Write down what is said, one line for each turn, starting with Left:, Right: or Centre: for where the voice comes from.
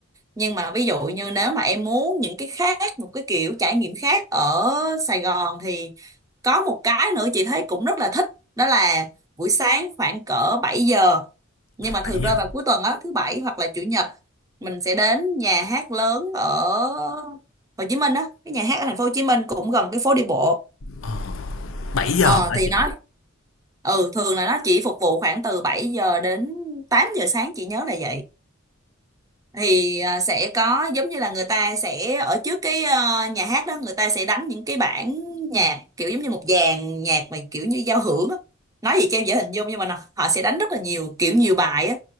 Right: Nhưng mà ví dụ như nếu mà em muốn những cái khác, một cái kiểu trải nghiệm khác ở Sài Gòn thì có một cái nữa chị thấy cũng rất là thích, đó là buổi sáng khoảng cỡ 7 giờ. Nhưng mà thường
Left: 7
Right: rơi
Left: giờ?
Right: vào cuối tuần á, thứ bảy hoặc là chủ nhật, mình sẽ đến nhà hát lớn ở Hồ Chí Minh á, cái nhà hát ở thành phố Hồ Chí Minh cũng gần cái phố đi bộ
Left: Ờ, bảy giờ
Right: Ờ
Left: hả
Right: thì
Left: chị?
Right: nó ừ thường là nó chỉ phục vụ khoảng từ 7 giờ đến 8 giờ sáng chị nhớ là vậy thì à, sẽ có giống như là người ta sẽ ở trước cái ờ, nhà hát đó người ta sẽ đánh những cái bản nhạc kiểu giống như một dàn nhạc mà kiểu như giao hưởng á nói gì cho em dễ hình dung nhưng mà nó- họ sẽ đánh rất là nhiều kiểu nhiều bài á